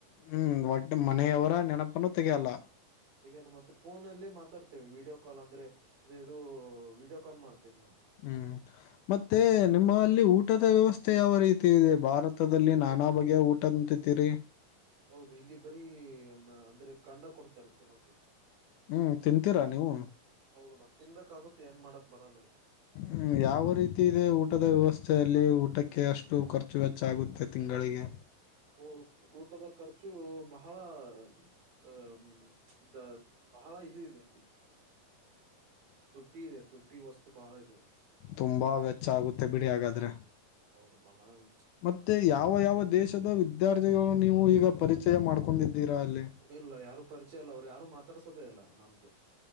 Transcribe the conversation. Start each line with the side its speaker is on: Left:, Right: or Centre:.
Left: ಹ್ಮ್ ಒಟ್ಟು ಮನೆಯವರ ನೆನ್ಪನು ತೆಗಿಯಲ್ಲ.
Right: ಈಗೇನು ಮತ್ ಫೋನಲ್ಲಿ ಮಾತಾಡ್ತಿವಿ ವಿಡಿಯೋ ಕಾಲ್ ಅಂದ್ರೆ. ಅದೆ ಇದು ವಿಡಿಯೋ ಕಾಲ್ ಮಾಡ್ತೇವೆ.
Left: ಹ್ಮ್ ಮತ್ತೆ ನಿಮ್ಮ ಅಲ್ಲಿ ಊಟದ ವ್ಯವಸ್ಥೆ ಯಾವ ರೀತಿ ಇದೆ ಭಾರತ್ ಭಾರತದಲ್ಲಿ
Right: ಊಟ
Left: ನಾನಾ ಬಗೆಯ ಊಟ ಉಂತಿತಿರಿ.
Right: ಹೌದು ಇಲ್ಲಿ ಬರೀ ಅಂದ್ರೆ ಕಂಡ ಕೊಡ್ತರೆ ತಿನ್ನೋಕೆ.
Left: ಹ್ಮ್ ತಿಂತೀರಾ ನೀವು
Right: ಹೌದು ಮತ್ ತಿನ್ಬೇಕಾಗುತ್ತೆ ಏನ್ ಮಾಡಕ್ ಬರಲ್ಲ ಇಲ್ಲಿ.
Left: ಹ್ಮ ಯಾವ ರೀತಿ ಇದೆ ಊಟದ ವ್ಯವಸ್ಥೆ ಅಲ್ಲಿ ಊಟಕ್ಕೆ ಅಷ್ಟು ಖರ್ಚು ವೆಚ್ಚ ಆಗುತ್ತೆ ತಿಂಗಳಿಗೆ.
Right: ಕೊ ಊಟದ ಖರ್ಚು ಬಹಳ ಆ ಹ್ಮ ಬಹಳ ಇದು ಇದೆ ಇಲ್ಲಿ. ತುಟ್ಟಿ ಇದೆ ತುಟ್ಟಿ ವಸ್ತು ಬಾಳ ಇದೆ ಅಲ್ಲಿ.
Left: ತುಂಬಾ ವೆಚ್ಚ ಆಗುತ್ತೆ ಬಿಡಿ ಹಾಗಾದ್ರೆ
Right: ಹೌದು ಬಹಳ ವ
Left: ಮತ್ತೆ ಯಾವ ಯಾವ ದೇಶದ ವಿದ್ಯಾರ್ಥಿಗಳು ನೀವು ಈಗ ಪರಿಚಯ ಮಾಡ್ಕೊಂಡಿದ್ದೀರಾ ಅಲ್ಲಿ?
Right: ಇಲ್ಲ ಯಾರು ಪರಿಚಯ ಇಲ್ಲ ಅವ್ರ್ ಯಾರು ಮಾತಾಡ್ಸೋದೆೇ ಇಲ್ಲ ನಮ್ಗೆ.